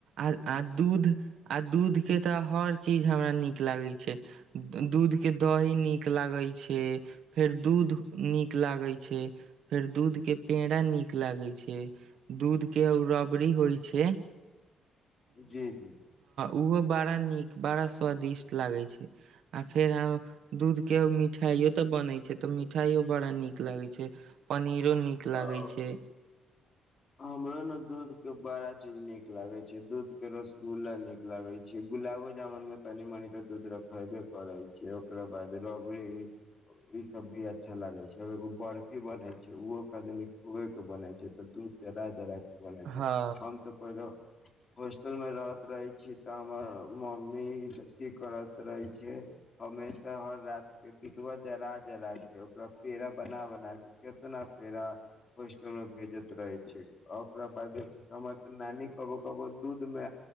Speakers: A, on the right; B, on the left.
A: आ आ दूध आ दूध के तऽ हर चिज हमरा लागै छै दूध के दही नीक लागै छै फेर दूध दूध नीक लागे छै फेर दूध के पेड़ा नीक लागै छै दूध के रबरी होइ छै
B: जी जी
A: ओहो बड़ा नीक बड़ा स्वादिष्ट लागै छै आ फेर दूध के मिठाइयो तऽ बनै छै तऽ मिठाइयो बड़ा नीक लागै छै पनीरो नीक लागै
B: ओ
A: छै
B: हमरो ने दूध के बड़ा चीज नीक लागै छै दूध के रसगुल्ला नीक लागय छै गुलाबो जामुन मे तनी मनी तऽ दूध रखैबे करै छै ओकरा बाद रबड़ी ई सब भी अच्छा लागै छै एगो बर्फी बनै छै ओहो कदनी खुए के बनै छै तऽ दूध जराजरा के बन छै
A: हँ
B: हम तऽ पहिलो होस्टल मे रहत रहै छी तऽ हमर मम्मी ई सब की करत रहय छै हमेशा हर रात के दूधवा जरा जरा के ओकरा पेड़ा बना बना के कितना पेड़ा पेड़ा होस्टल में भेजत रहय छै ओकरा बाद हमर तनानी कबो कबो दूध मे